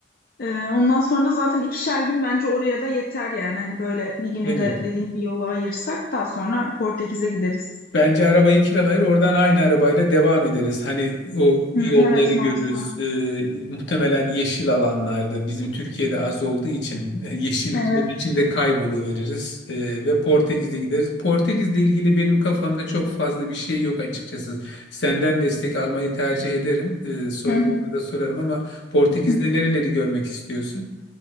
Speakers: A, on the left; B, on the left.
A: E, ondan sonra da zaten ikişer gün bence oraya da yeter yani. Hani böyle bir günü
B: Evet.
A: de dediğin gibi yola ayırsak daha sonra Portekiz'e gideriz.
B: Bence arabayı kiralayır, oradan aynı arabayla devam ederiz. Hani o
A: Hı,
B: yolları
A: evet
B: görürüz.
A: mantıklı.
B: Ee, muhtemelen yeşil alanlarda bizim Türkiye'de az olduğu için e, yeşilliklerin
A: Evet.
B: içinde kayboluveririz. Ee, ve Portekiz'de gideriz. Portekiz'le ilgili benim kafamda çok fazla bir şey yok açıkçası. Senden destek almayı tercih ederim. Ee, sorularımı
A: Hı hı.
B: da sorarım ama Portekiz'de
A: Hı.
B: nereleri görmek istiyorsun?